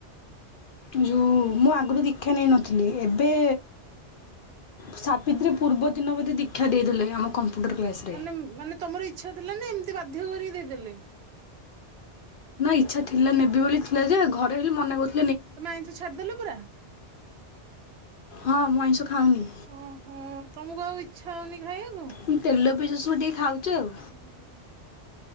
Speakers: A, on the left (about 60°); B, on the right (about 65°).
A: ଯୁ ମୁଁ ଆଗରୁ ଦୀକ୍ଷା ନେଇ ନଥିଲି ଏବେ ସାବିତ୍ରୀ ପୂର୍ବ ଦିନ ବୋଧେ ଦୀକ୍ଷା ଦେଇଦଲେ ଆମ କମ୍ପ୍ୟୁଟର କ୍ଲାସ ରେ।
B: ମାନେ ମାନେ ତମର ଇଚ୍ଛା ଥିଲା ନା ଏମିତି ବାଧ୍ୟ କରିକି ଦେଇଦଲେ।
A: ନା ଇଚ୍ଛା ଥିଲା ନେବି ବୋଲି ଥିଲା ଯେ ଘରେ ହେଲି ମନା କରୁ
B: ତମେ ଆଇଁଷ ଛାଡିଦେଲ ପୁରା?
A: ହଁ ମୁଁ ଆଇଁଷ ଖାଉନି।
B: ଓହୋ ତମକୁ ଆଉ ଇଚ୍ଛା ହଉନି ଖାଇବାକୁ?
A: ମୁଁ ତେଲ ପିଆଜ <unintelligible> ଟିକେ ଖାଉଚି ଆଉ
B: ଉଁ ହୁଁ।